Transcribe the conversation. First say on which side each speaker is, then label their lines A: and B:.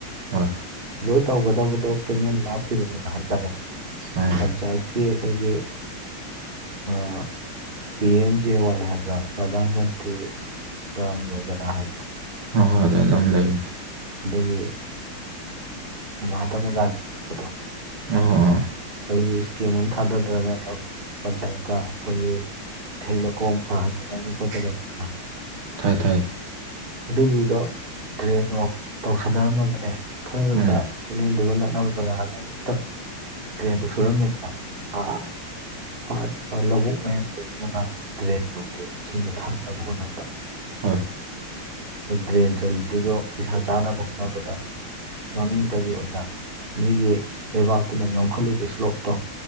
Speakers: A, on the right (about 75°); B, on the right (about 25°).
A: ꯍꯣꯏ꯫
B: ꯂꯣꯏ ꯇꯧꯒꯗꯕꯗꯣ ꯀꯦꯅꯦꯟ ꯂꯥꯞꯈꯤꯕꯁꯤꯅ ꯍꯥꯏꯇꯥꯔꯦ
A: ꯑꯥ
B: ꯄꯟꯆꯥꯌꯦꯠ ꯀꯦꯕꯒꯤ꯫ ꯑ꯫ ꯄꯤ ꯑꯦꯝ ꯖꯦ ꯋꯥꯏ ꯍꯥꯏꯕ꯭ꯔꯥ ꯄ꯭ꯔꯙꯥꯟ ꯃꯟꯇ꯭ꯔꯤ ꯒ꯭ꯔꯥꯝ ꯌꯣꯖꯥꯅꯥ ꯍꯥꯏꯕ꯭ꯔꯥ꯫
A: ꯍꯣꯏ ꯍꯣꯏ ꯑꯗꯨꯃꯥꯏꯅ ꯑꯝ ꯂꯩꯕꯅꯤ꯫
B: ꯑꯗꯨꯒꯤ ꯃꯍꯥꯇꯃꯥ ꯒꯥꯟꯙꯤ ꯌꯦꯛꯄꯗꯣ꯫
A: ꯑꯣ ꯑꯥ
B: ꯑꯗꯨꯒꯤ ꯏꯁꯀꯦꯝ ꯑꯃ ꯊꯥꯗꯔ <unintelligible> ꯄꯟꯆꯥꯌꯦꯠꯇ ꯑꯩꯈꯣꯏꯒꯤ ꯏꯊꯩ ꯂꯧꯀꯣꯡ ꯐꯍꯟꯒꯗꯕꯅꯤ ꯈꯣꯠꯀꯗꯕꯅꯤꯅ꯫
A: ꯊꯥꯏ ꯊꯥꯏ꯫
B: ꯑꯗꯨꯒꯤꯗꯣ ꯗ꯭ꯔꯦꯗꯣ ꯇꯧꯁꯟꯅꯔꯝꯃꯒꯅꯦ ꯈꯔ ꯈꯛꯇ꯫
A: ꯎꯝ
B: ꯀꯤꯅꯦꯜ ꯗꯨꯒ ꯅꯛꯅꯕ ꯖꯒꯥ ꯑꯗꯨꯗꯥꯏꯒ ꯑꯝꯛꯇ ꯗ꯭ꯔꯦꯟꯗꯨꯣ ꯁꯨꯔꯝꯃꯤꯗꯅ ꯑꯥ꯫ ꯄꯥꯠ ꯂꯧꯕꯨꯛ ꯃꯌꯥꯟ ꯂꯩꯕ ꯖꯒꯥꯗꯨꯗꯤ ꯗ꯭ꯔꯦꯟ ꯌꯧꯗꯦꯕ ꯏꯁꯤꯡꯗꯣ ꯊꯥꯔꯛꯅꯕ ꯍꯣꯠꯅꯕꯗ꯫
A: ꯍꯣꯏ꯫
B: ꯗ꯭ꯔꯦꯟ ꯆꯂꯤꯗꯨꯗꯣ ꯄꯩꯁꯥ ꯆꯥꯅꯕ ꯍꯣꯠꯅꯕꯗ꯫ ꯃꯃꯤꯡꯇꯒꯤ ꯑꯣꯏꯅ ꯃꯤꯒꯤ ꯂꯩꯕꯥꯛꯇꯨꯅ ꯉꯝꯈꯠꯂꯤꯕ ꯏꯁꯂꯣꯞꯇꯣ꯫